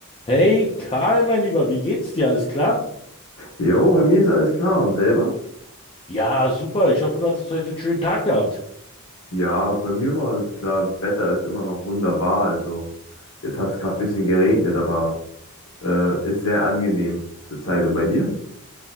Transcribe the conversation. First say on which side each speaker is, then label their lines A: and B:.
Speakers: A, on the left; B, on the left.
A: Hey Karl, mein Lieber, wie geht's dir? Alles klar?
B: Jo, bei mir ist alles klar. Und selber?
A: Ja, super. Ich hoffe, du hattest heute einen schönen Tag gehabt.
B: Ja, bei mir war alles klar. Wetter ist immer noch wunderbar. Also, jetzt hat es gerade ein bisschen geregnet, aber äh, ist sehr angenehm zurzeit. Und bei dir?